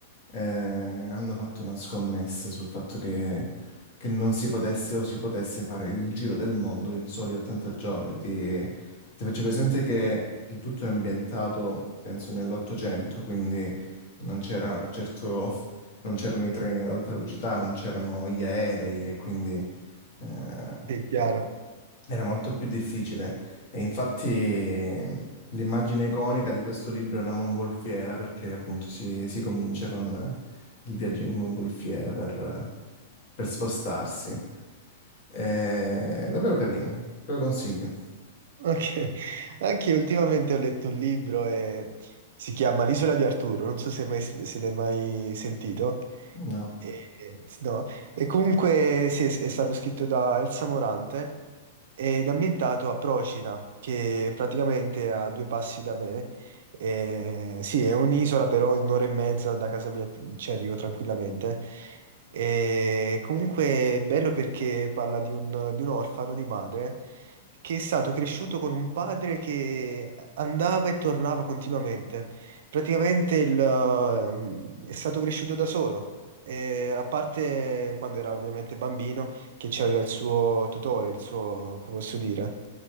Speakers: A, on the left; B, on the right.
A: eh, hanno fatto una scommessa sul fatto che, che non si potesse o si potesse fare il giro del mondo in soli 80 giorni. Ti, ti faccio presente che il tutto è ambientato, penso, nell'Ottocento, quindi non c'era certo, non c'erano i treni ad alta velocità, non c'erano gli aerei e quindi... eh,
B: È chiaro.
A: era molto più difficile e infatti ehm, l'immagine iconica di questo libro è una mongolfiera perché appunto si, si comincia con eh, il viaggio in mongolfiera per, eh, per spostarsi. È davvero carino, te lo consiglio.
B: Ok. Anche io ultimamente ho letto un libro e si chiama L'isola di Arturo, non so se, mai, se l'hai mai sentito.
A: No.
B: E, no. E comunque sì, è, è stato scritto da Elsa Morante ed ambientato a Procida, che praticamente è a due passi da me. E, sì, è un'isola, però in un'ora e mezza da casa mia ci arrivo tranquillamente. E comunque è bello perché parla di un, di un orfano di madre che è stato cresciuto con un padre che andava e tornava continuamente. Praticamente il, ehm, è stato cresciuto da solo. E a parte quando era ovviamente bambino, che c'aveva il suo tutore, il suo, come posso dire,